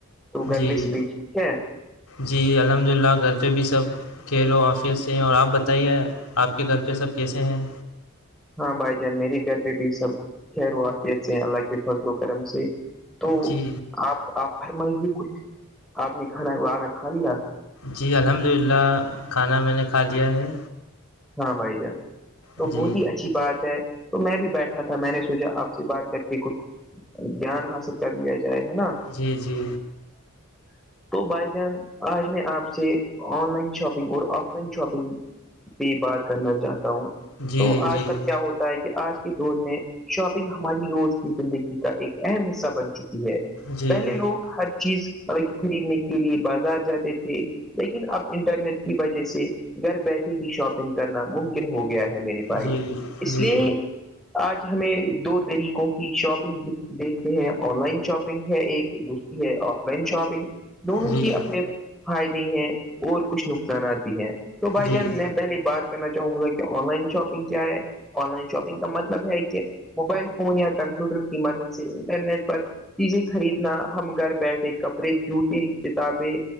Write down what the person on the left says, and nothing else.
جی
جی الحمد للہ گھر پہ بھی سب کلو آفیت سے ہیں اور آپ بتائیے آپ کے گھر پہ سب کیسے ہیں
جی
جی الحمد للہ کھانا میں نے کھا لیا ہے
جی
جی جی
جی
جی
جی
جی
جی
جی
جی